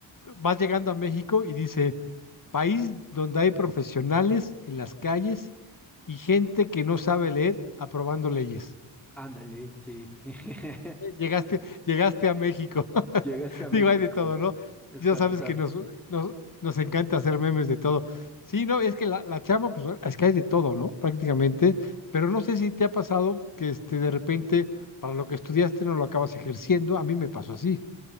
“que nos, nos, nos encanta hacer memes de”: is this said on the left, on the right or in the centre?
Left